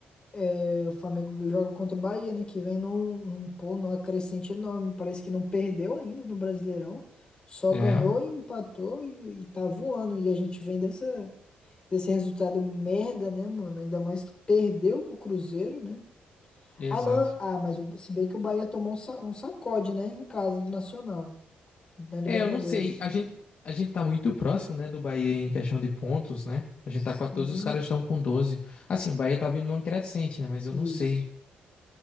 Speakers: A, on the left; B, on the left.
A: é, o Flamengo joga contra o Bahia, né? Que vem num, num, pô, numa crescente enorme. Parece que não perdeu ainda no Brasileirão. Só
B: É,
A: ganhou e empatou e, e tá voando. E a gente vem dessa, desse resultado merda, né, mano? Ainda mais que perdeu pro Cruzeiro, né?
B: exato.
A: Ah, não. Ah, mas o- se bem que o Bahia tomou um, sa- um sacode, né? Em casa do Nacional, na Libertadores.
B: É, eu não sei. A gente, a gente tá muito próximo, né, do Bahia em questão de pontos, né? A gente
A: Sim,
B: tá 14, os caras estão com 12. Assim, o Bahia tá vindo num crescente, né? Mas eu
A: isso.
B: não sei